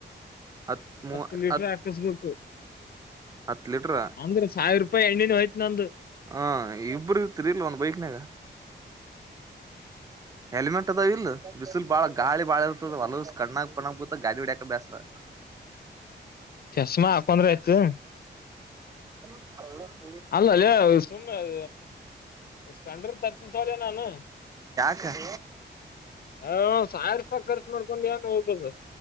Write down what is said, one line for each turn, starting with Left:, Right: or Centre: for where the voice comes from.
Right: ಹತ್ ಮೂವ
Left: ಹತ್ತು ಲೀಟ್ರ
Right: ಹತ್
Left: ಹಾಕಸ್ಬೇಕು
Right: ಹತ್ ಲೀಟ್ರ
Left: ಅಂದ್ರೆ ಸಾವಿರೂಪಾಯ ಎಣ್ಣಿನ ಹೋಯ್ತ ನಂದು
Right: ಹಾ ಇಬ್ಬರ್ ಇರ್ತಿರಿಲ್ಲ ಒಂದ್ ಬೈಕ್ನಾಗ. ಹೆಲಿಮೆಟ್ ಅದಾವ ಇಲ್ಲ. ಬಿಸಿಲ ಬಾಳ ಗಾಳಿ ಬಾಳ ಇ ಹೊಲಸ್ ಕಣ್ಣಾಗ್ ಪಿನ್ನಾಗ್ ಬೀಳ್ತದ್ ಗಾಡಿ ಹೊಡ್ಯಾಕೆ ಬ್ಯಾಸರ.
Left: ಚಷ್ಮಾ ಹಾಕೊಂಡ್ರ ಆಯ್ತಲಾ.
Right: <unintelligible>
Left: ಅಲ್ಲಲೆ ಸುಮ್ಮ್ನೆ ಸ್ಪ್ಲೆಂಡರ್ ತರ್ತಿಂತೋಲೆ ನಾನು.
Right: ಹಾ ಹ
Left: ಹ ಸಾವಿರ ರೂಪಾಯಿ ಖರ್ಚು ಮಾಡ್ಕೊಂಡ್ ಏನ್ ಹೋಗೋದು